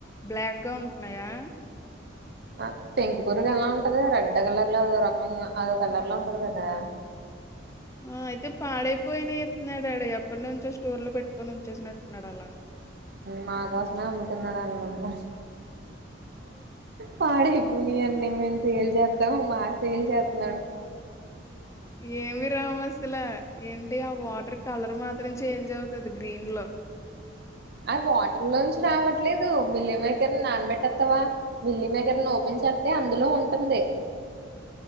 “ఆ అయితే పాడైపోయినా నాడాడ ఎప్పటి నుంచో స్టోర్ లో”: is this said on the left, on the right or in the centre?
Left